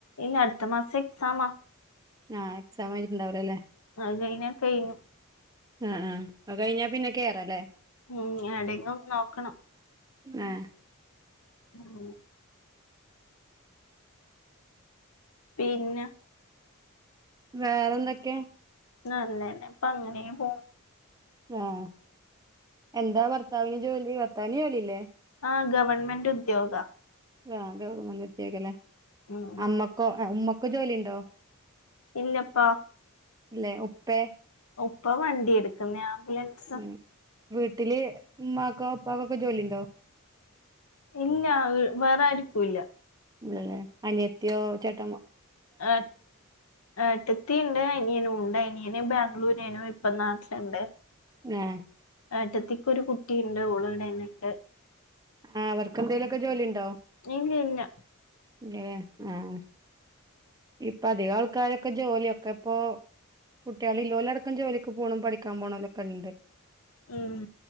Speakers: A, on the left; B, on the right.
A: ഇല്ല അടുത്ത മാസം എക്സാമ-
B: ആഹ് എക്സാം കഴഞ്ഞിട്ടുഇണ്ടാവില്ലല്ലേ-
A: അത് കഴിഞ്ഞ കഴിഞ്ഞു.
B: ആഹ് ആ് അത് കഴിഞ്ഞാ പിന്നെ കേറാല്ലേ-
A: ഉ എടെങ്കും നോക്കണം-
B: ആ
A: ഉം പിന്നെ-
B: വേറെ എന്തൊക്കെ
A: നല്ലന്നേ ഇപ്പ അങ്ങനെ പോ-
B: ആഹ് എന്താ ഭർത്താവിന് ജോലി ഭർത്താവിന് ജോലില്ലേ-
A: ആ ഗവൺമെന്റ് ഉദ്യോഗ-
B: ആ ഗവൺമെന്റ് ഉദ്യോഗ ല്ലേ
A: ഉം
B: അമ്മക്ക് ഉമ്മക്ക ജോലി ഉണ്ടോ?
A: ഇല്ലപ്പാ-
B: ഇല്ലേ ഉപ്പേ-
A: ഉപ്പ വണ്ടി എടുക്കുന്ന ആംബുലൻസ്-
B: ഉം വീട്ടില് ഇമ്മാക്കോ ഇപ്പാകോ ഒക്കെ ജോലിയുണ്ടോ?
A: ഇല്ല വേറൊയിരിക്കുംല്ല-
B: ഇല്ലലെ അനിയത്തിയോ ചേട്ട
A: ഏഹ് ഏട്ടത്തി ഇണ്ട് അനിയനും ഉണ്ട് അനിയന് ബാംഗ്ലൂര് ഏനും ഇപ്പം നാട്ടില്ണ്ട്
B: ഏഹ്
A: ഏട്ടത്തിക്ക് ഒരു കുട്ടിണ്ട് ഓള് ഇവിടെന്നെണ്ട്
B: ആഹ് അവർക്ക് എന്തേലൊക്കെ ജോലി ഇണ്ടോ?
A: ഇല്ല്യല്ല
B: ഏഹ് ആഹ് ഇപ്പ അധികം ആൾക്കാരോക്കെ ജോലി ഒക്കെ ഇപ്പോ കുട്ടികള് ഇല്ലോലടക്കം ജോലിക്ക് പോണും പഠിക്കാൻ പോണോലൊക്കെ ഇണ്ട്
A: ഉം